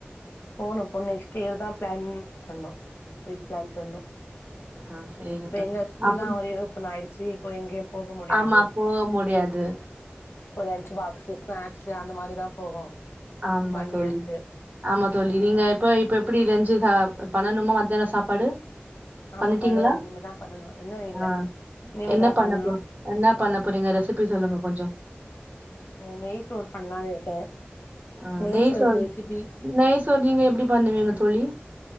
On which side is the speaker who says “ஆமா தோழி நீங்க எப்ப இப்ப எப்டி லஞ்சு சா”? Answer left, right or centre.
Right